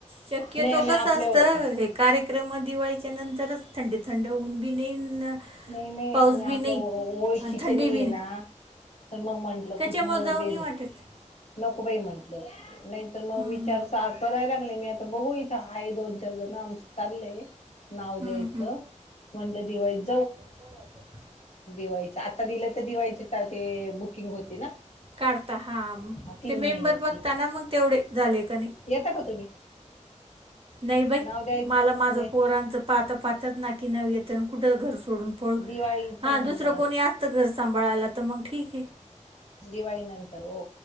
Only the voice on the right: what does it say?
शक्यतो
कस असतं.
हे कार्यक्रम दिवाळीच्या नंतरच थंडी थंड ऊन बी नई न
पाऊस
बी नाही
आणि थंडी
बी
त्याच्यामुळं
जाऊ
नाही वाटत
हं,
हं,
पाहू आपण
काढता हाम
ते मेंबर
बघताना मग तेवढे झाले का नई
नई बई
मला माझं
पोरांचं पाहता पाहता च नाकीनव येतन कुढ घर सोडून पळू
हां
दुसरं कोणी असतं घर सांभाळायला तर मग ठीके